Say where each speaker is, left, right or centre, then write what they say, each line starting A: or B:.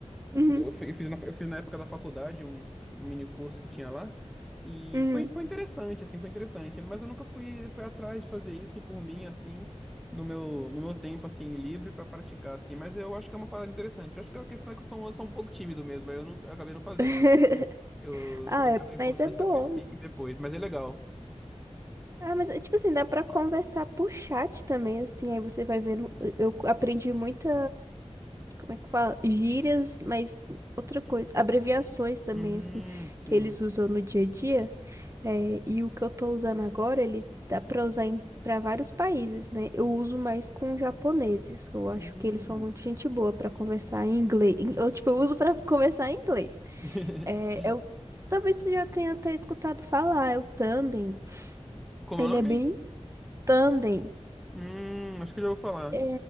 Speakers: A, on the right; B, in the centre.
A: Uhum,
B: Eu, fi- eu fiz na, eu fiz na época da faculdade um, um mini curso que tinha lá. E
A: uhum.
B: foi, foi interessante, assim, foi interessante. Mas eu nunca fui, fui atrás de fazer isso por mim, assim, no meu, no meu tempo, assim, livre pra praticar, assim. Mas eu acho que é uma parada interessante. Eu acho que a questão é que eu sou, um, eu sou um pouco tímido mesmo, aí eu, não, eu acabei não fazendo.
A: <laughs>
B: Eu
A: Ah,
B: comecei
A: é-
B: a dar importância
A: mas é bom.
B: pro speaking depois, mas é legal.
A: Ah, mas é tipo assim, dá pra conversar por chat também, assim. Aí você vai vendo. Eu aprendi muita. Como é que fala? Gírias, mas outra coisa. Abreviações também,
B: Hum,
A: assim,
B: sim.
A: que eles usam no dia a dia. É, e o que eu tô usando agora, ele dá pra usar em, pra vários países, né? Eu uso mais com japoneses. Eu acho
B: Hum.
A: que eles são muito gente boa pra conversar em inglês. Ou, tipo, eu tipo, uso pra <laughs> conversar em inglês.
B: <laughs>
A: É, eu, talvez você já tenha até escutado falar, é o tandem.
B: Como
A: Ele
B: é o nome?
A: é bem tandem.
B: Hum, acho que eu já vou falar.
A: É,